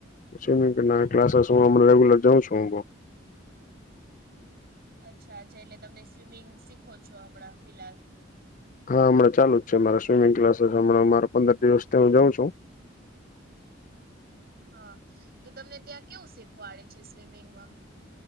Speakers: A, on the left; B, on the right.
A: સ્વિમિંગ ના ક્લાસસ હું અમે રેગ્યુલર જઉં છું હુ.
B: અચ્છા-અચ્છા, એટલે તમને સ્વિમિંગ શીખો છો હમણાં ફિલાઆ
A: હા, અમણા ચાલુ જ છે. મારા સ્વિમિંગ ક્લાસ હમલા મારા પંદર દિવસથી હુ જઉ છું.
B: હા, તો તમને ત્યાં કેવું શીખવાડે છે સ્વિમિંગમાં?